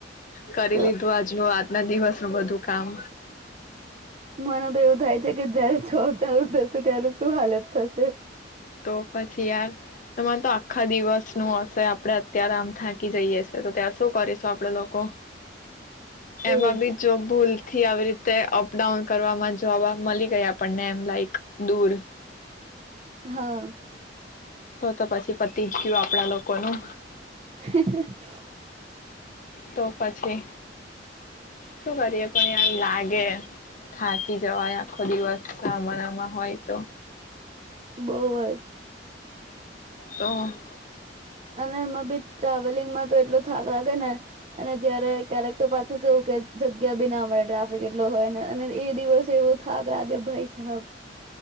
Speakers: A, on the left (about 45°); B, on the right (about 35°).
A: કરી
B: તો
A: લીધું આજનું વાત ના દિવસ. ું બધું કામ
B: મને તો એવું થાય કે જયારે છ ચાલુ થશે ત્યારે શું હાલત થશે.
A: તો પછી યાર તમારે તો આખા દિવસ નું હશે આપડે અત્યારે આમ થાકી જઈએ છે તો તાર શું કરીશું આપડે લોકો એમાં
B: એજ
A: બી જો ભૂલ થી આવી રીતે અપડાઉન કરવાવામાં જોવા મળી ગયા આપણને એમ લાઈક દૂર
B: હા.
A: તો તો પછી પતિ જ ગયું આપણા લોકોનું.
B: <inaudible>
A: તો પછી શું કરીએ પણ એમ લાગે થાકી જવાય આખો દિવસ સામારામાં હોય તો.
B: બહુ જ.
A: તો.
B: અને એમાં બી ટ્રાવેલિંગમાં તો એટલ થાક લાગે ને અને જયારે ક્યારેક તો પાછું કેવું કે કે બી ના મળે ટ્રાફિક એટલો હોય ને અને એ દિવસ એવો થાક લાગે ભાઈ સાબ.